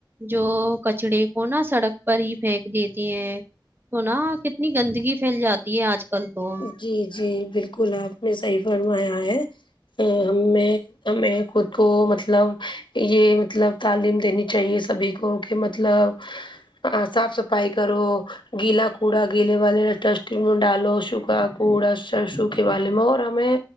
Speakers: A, on the right; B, on the left.
A: جو کچڑے کو نا سڑک پر ہی پھینک دیتے ہیں نا کتنی گندگی پھیل جاتی ہے آج کل تو
B: جی جی بالکل آپ نے صحیح فرمایا ہے ہم میں ہمیں خود کو مطلب یہ مطلب تعلیم دینی چاہیے سبھی کو کہ مطلب صاف صفائی کرو گیلا کوڑا گیلے والے ڈسٹ مے ڈالو کوڑا سر سوکھے والے میں اور ہمیں